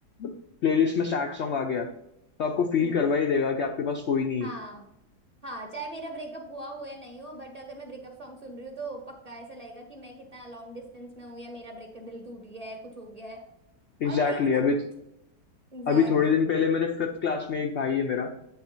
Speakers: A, on the left; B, on the right.
A: प्लेलिस्ट में सैड सॉन्ग आ गया तो आपको फील
B: हम्म
A: करवा ही देगा कि आपके पास कोई नहीं
B: हाँ
A: है
B: हाँ चाहे मेरा ब्रेकअप हुआ हो या नहीं हो बट अगर मैं ब्रेकअप सॉन्ग सुन रही हूँ तो पक्का ऐसा लगेगा कि मैं कितना लॉन्ग डिस्टेंस में हूँ या मेरा ब्रेकअप दिल टूट गया है कुछ हो गया है और
A: एग्जैक्टली
B: वही
A: exactly,
B: मतलब
A: अभी
B: एग्जैक्टली
A: अभी थोड़े
B: exactly.
A: दिन पहले मेरे फिफ्थ क्लास में एक भाई है मेरा